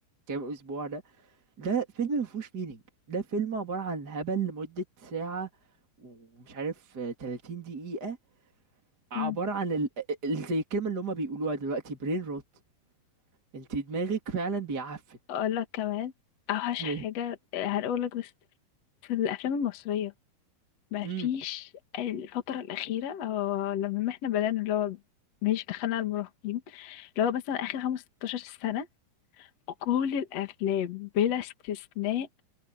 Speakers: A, on the right (about 25°); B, on the left (about 50°).
A: كام أسبوع ده ده فيلم مفهوش مينينج ده فيلم عبارة عن هبل لمدة ساعة ومش عارف آه، 30 دقيقة عبارة
B: إمم،
A: عن ال... ال... زي الكلمة اللي هما بيقولوها دلوقتي برين روت انت دماغك فعلا بيعفن
B: أقول لك كمان أوحش
A: <laughs>
B: حاجة هاقول لك بس في الأفلام المصرية ما
A: امم
B: فيش الفترة الأخيرة آه، لمّا إحنا بدأنا اللي هو ماشي دخلنا على المراهقين، اللي هو مثلًا آخر 15 سنة كل الأفلام بلا استثناء